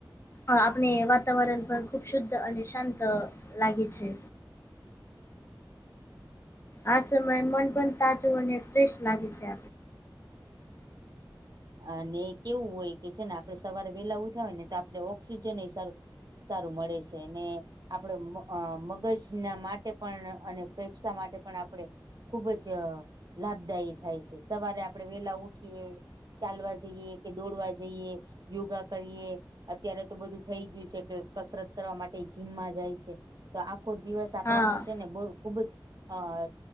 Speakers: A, on the left; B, on the right.
A: આપણે વાતાવરણ પણ ખુબ શુદ્ધ અને શાંત લાગે છે. આ સમય મન પણ તાજું અને ફ્રેશ લાગે છે.
B: અને કેવું હોય કે છે ને આપડે સવારે વહેલા ઉઠયા હોય ને તો આપડે ઓક્સિજન એ સારું સારું મળે છે ને આપણે મગજ ના માટે પણ અને ફેફસા માટે પણ આપણે ખુબ જ લાભદાયી થાય છે. સવારે આપણે વેલા ઉઠીએ. ચાલવા જઈએ કે દોડવા જઈએ, યોગા કરીએ અત્યારે તો બધું થઈ ગયું છે કે કસરત કરવા માટે જીમમાં જાય છે તો આખો દિવસ આપડામાં
A: હા
B: છે ને બહુ ખુબ જ અ